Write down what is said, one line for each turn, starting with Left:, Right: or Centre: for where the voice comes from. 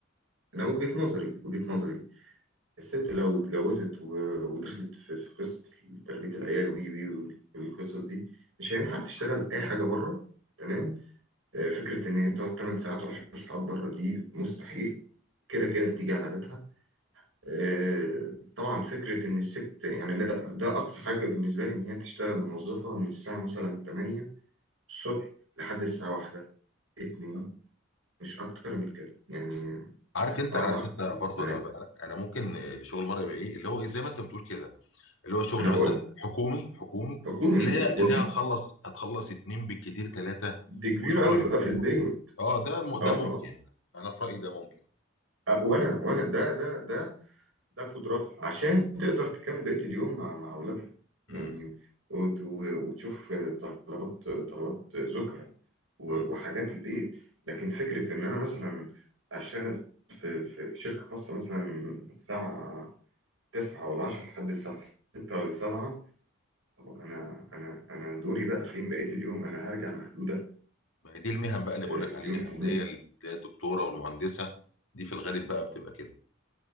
Right: انا وجهة نظري وجهة نظري الست لو اتجوزت و- ودخلت في في قصة تربية العيال وي وي والقصص دي مش هينفع تشتغل اي حاجة بره تمام آه، فكرة ان هي تقعد 8 ساعات و10 ساعات بره دي مستحيل كده كده هتيجي على بيتها آه، طبعا فكرة ان الست يعني ده ده اقصى حاجة بالنسبة لي ان هي تشتغل موظفة من الساعة مثلا 8 الصبح لحد الساعة واحدة اتنين مش اكتر من كده يعني
Left: عارف انت
Right: اربع
Left: عارف
Right: خمس
Left: انت برضو
Right: ساعات
Left: انا انا أنا ممكن شغل مره يبقى ايه اللي هو ايه زي ما انت بتقول كده اللي هو شغل
Right: انا بقول
Left: مثلا حكومي حكومي
Right: حكومي
Left: اللي هي
Right: وظيفه
Left: اللي هي هتخلص هتخلص اتنين بالكتير ثلاثه
Right: دي كبيره
Left: وشغل
Right: قوي تبقى
Left: مش-
Right: في البين
Left: اه ده م-
Right: اه
Left: ده
Right: اه
Left: ممكن انا في رايي ده ممكن
Right: أ- وانا وانا ده ده ده ده قدراتها عشان تقدر تكمل بقيه اليوم مع مع اولادها يعني
Left: امم
Right: وت- و- وتشوف طلبات طلبات زوجها و-
Left: امم.
Right: وحاجات البيت لكن فكره ان انا مثلا اشتغل في في في شركه خاصه مثلا من الساعه 9 ولا 10 لحد الساعه 6 ولا 7 طب انا انا انا دوري بقى فين بقيه اليوم انا هرجع مهدوده
Left: ما هي دي المهن بقى اللي
Right: آه،
Left: بقول لك
Right: مليون
Left: عليها
Right: في المية
Left: اللي هي اللي هي الدكتوره والمهندسه دي في الغالب بقى بتبقى كده